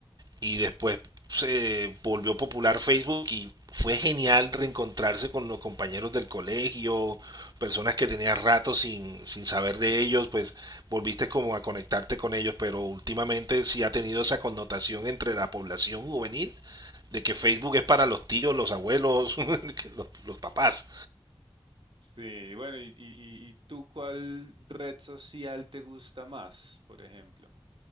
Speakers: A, on the right; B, on the right.
A: y después se volvió popular Facebook y fue genial reencontrarse con los compañeros del colegio, personas que tenías rato sin, sin saber de ellos, pues volviste como a conectarte con ellos, pero últimamente sí ha tenido esa connotación entre la población juvenil de que Facebook es para los tíos, los abuelos, <laughs> los, los papás.
B: Sí, bueno, y, y, y tú cuál red social te gusta más, por ejemplo?